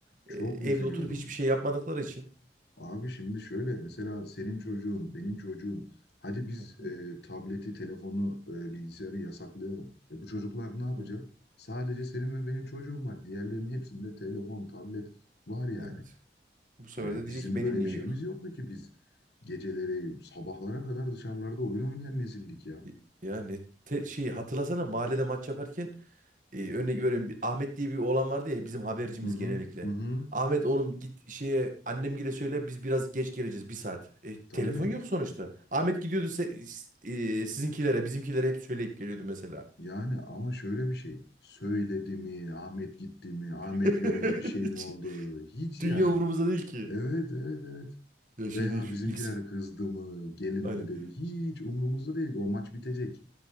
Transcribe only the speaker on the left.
Çok
üzülüyorum.
Abi şimdi şöyle mesela senin çocuğun, benim çocuğum. Hadi biz
e, tableti, telefonu, e, bilgisayarı yasaklayalım. E, bu çocuklar ne yapacak?
Sadece senin ve benim çocuğum var. Diğerlerinin hepsinde telefon, tablet var yani.
Ee,
bizim
böyle
bir şeyimiz
yoktu ki biz geceleri sabahlara kadar dışarılarda oyun oynayan nesildik ya.
Hı hı
hı hı.
Tabii
yani ama şöyle bir şey. Söyledi mi? Ahmet gitti mi? Ahmet
yolda bir şey
mi oldu? Hiç
yani.
Evet evet evet.
Veya
bizimkiler
kızdı mı? Gelin
mi dedi? Hiç umurumuzda değil. ki. O maç bitecek.